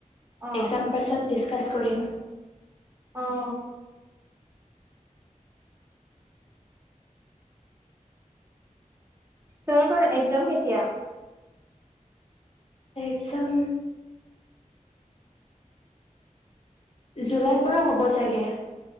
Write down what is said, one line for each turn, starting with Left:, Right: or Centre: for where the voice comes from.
Right: অ
Left: এক্জাম পাছত ডিছকাছ কৰিম
Right: অহ তোমালোকৰ একজাম কেতিয়া
Left: একচাম জুলাই পৰা হ'ব চাগে।